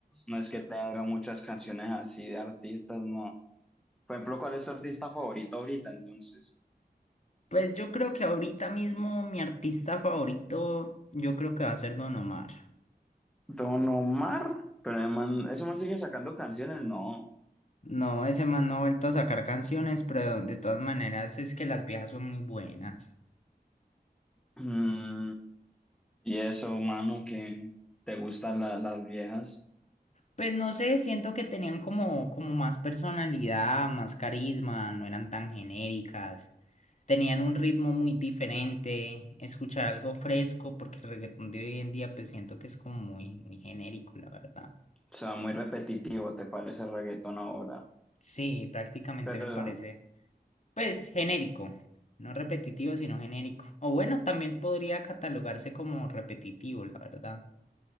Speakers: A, in the centre; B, on the left.
A: no es que tenga muchas canciones así de artistas, no. Por ejemplo, ¿cuál es tu artista favorito ahorita entonces?
B: Pues yo creo que ahorita mismo mi artista favorito, yo creo que va a ser Don Omar.
A: Don Omar, pero el man, ¿eso man sigue sacando canciones? No.
B: No, ese man no ha vuelto a sacar canciones, pero de todas maneras es que las viejas son muy buenas.
A: Mm, y eso, mano, que te gustan la- las viejas.
B: Pues no sé, siento que tenían como, como más personalidad, más carisma, no eran tan genéricas. tenían un ritmo muy diferente, escuchar algo fresco, porque el reggaetón de hoy en día pues siento que es como muy, muy genérico, la verdad.
A: O sea, muy repetitivo, ¿te parece el reggaetón ahora?
B: Sí, prácticamente
A: Pero,
B: me parece, pues genérico, no repetitivo, sino genérico. O bueno, también podría catalogarse como repetitivo, la verdad.